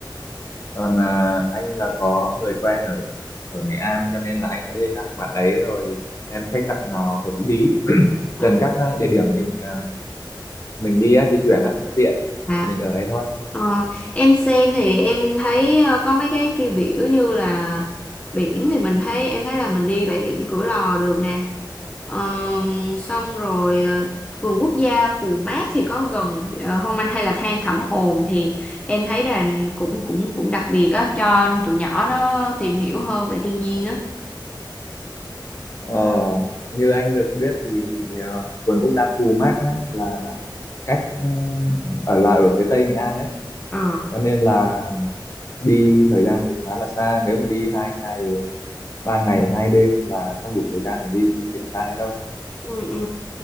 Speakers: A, on the left (about 40°); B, on the left (about 15°).
A: còn à, anh là có người quen ở ở Nghệ An cho nên là anh sẽ liên lạc bạn đấy rồi em khách sạn nào hợp lý
B: Ừ.
A: gần các à, địa điểm mình à, mình đi á, di chuyển á cho tiện
B: À,
A: mình ở đấy thôi
B: ờ, em xem thì em thấy ờ, có mấy cái tiêu biểu như là biển thì mình thấy em thấy là mình đi bãi biển Cửa Lò được nè. Ờm, xong rồi ờ, vườn quốc gia Pù Mát thì có gần ờ, không anh hay là than Thẩm Ồn thì em thấy là cũng cũng cũng đặc biệt á cho tụi nhỏ nó tìm hiểu hơn về thiên nhiên á.
A: Ờ, như anh được biết thì à, vườn quốc gia Pù Mát nhá là cách ừ, ở là ở phía tây Nghệ An đấy
B: Ờ.
A: cho nên là đi thời gian cũng khá là xa nếu mà đi hai ngày ba ngày hai đêm là không đủ thời gian để đi những cái điểm xa đấy đâu
B: Ừ, ừ.